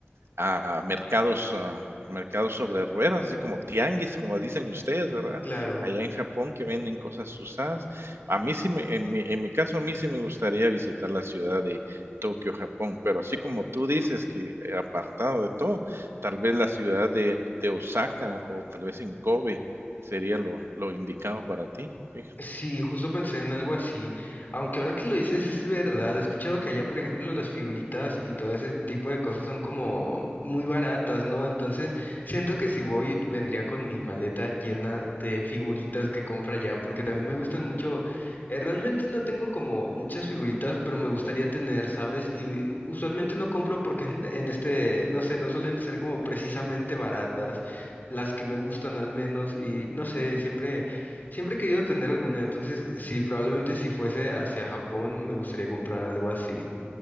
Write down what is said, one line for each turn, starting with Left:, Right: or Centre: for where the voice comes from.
Right: a mercados, ah, mercados sobre ruedas, así como tianguis, como dicen ustedes, ¿verdad?
Left: Claro.
Right: Allá en Japón que venden cosas usadas. A mí sí me, en mi, en mi caso, a mí sí me gustaría visitar la ciudad de Tokio, Japón, pero así como tú dices que eh, apartado de todo, tal vez la ciudad de, de Osaka o tal vez en Kobe sería lo, lo indicado para ti. fija-
Left: Sí, justo pensé en algo así, aunque ahora que lo dices es verdad, he escuchado que allá, por ejemplo, las figuritas y todo ese tipo de cosas son como muy baratas, ¿no? Entonces, siento que si voy, vendría con mi maleta llena de figuritas que compra allá, porque también me gustan mucho, eh, realmente no tengo como muchas figuritas, pero me gustaría tener, ¿sabes? Y usualmente no compro porque en en este, no sé, no suelen ser como precisamente baratas, las que me gustan al menos, y no sé, siempre... Siempre he querido tener alguna, entonces sí, probablemente si fuese hacia Japón me gustaría comprar algo así.